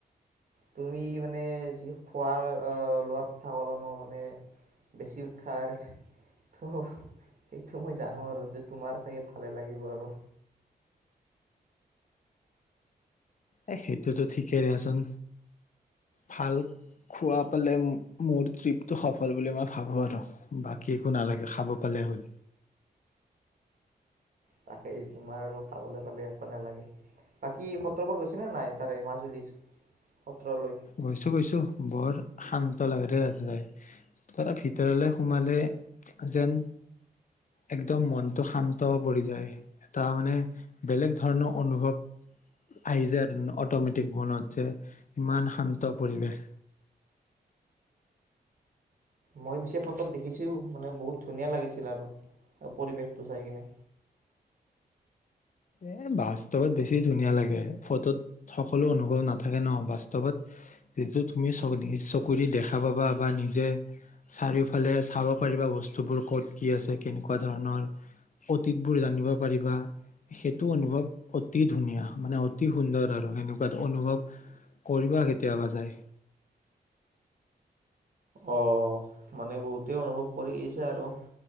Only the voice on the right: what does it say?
তুমি মানে যি খোৱা লোৱাৰ কথা কল ন মানে বেছি উৎসাহৰে ত সেইটো মই জানো আৰু যে তোমাৰ চাগে ভালে লাগিব আৰু
তাকে তোমাৰ আৰু খাবলৈ পালে একো নালাগে বাকী সত্ৰবোৰ হৈছে নে নাই তাৰে মাজুলীৰ সত্ৰলৈ
মই পিছে ফটোত দেখিছো মানে বহুত ধুনীয়া লাগিছিল আৰু পৰিৱেশটো চাই কিনে
অ মানে বহুতে অনুভৱ কৰিছে। আৰু